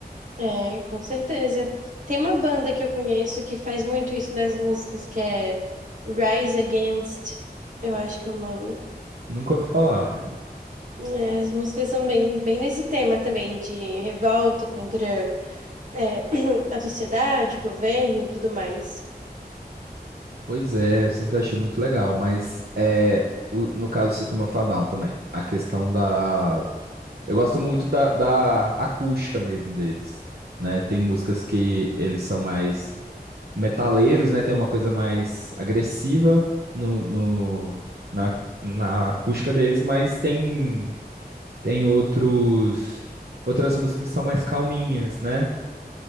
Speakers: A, on the right (about 50°); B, on the right (about 70°).
A: É, com certeza. Tem uma banda que eu conheço que faz muito isso nas músicas, que é Rise Against, eu acho que é o nome.
B: Nunca ouvi falar.
A: É, as músicas são bem, bem nesse tema também, de revolta contra, é, <clears throat> a sociedade, governo e tudo mais.
B: Pois é, eu sempre achei muito legal, mas é, o- no caso do Sistema Fadal também, a questão da... Eu gosto muito da, da acústica mesmo deles, né? Tem músicas que eles são mais metaleiros, né? Tem uma coisa mais agressiva no, no, na, na acústica deles, mas tem, tem outros, outras músicas que são mais calminhas, né?